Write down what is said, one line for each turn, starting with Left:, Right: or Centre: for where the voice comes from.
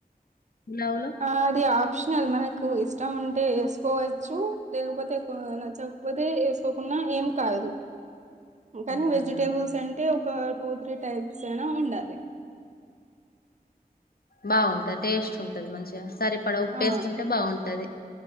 Left: గులావులో
Right: ఆ అది ఆప్షనల్ అద్ మనకు ఇష్టం ఉంటే ఏసుకోవచ్చు లేకపోతే కొ నచ్చక్ పోతే ఏసుకోకున్నా ఏం కాదు. కానీ
Left: కాదా
Right: వెజిటేబుల్స్ అంటే ఒక టూ త్రీ టైప్స్ అయినా ఉండాలే
Left: బావుంటది టేస్ట్ ఉంటది మంచిగా సరిపడా ఉప్పేసుకుంటే
Right: ఆ
Left: బావుంటది.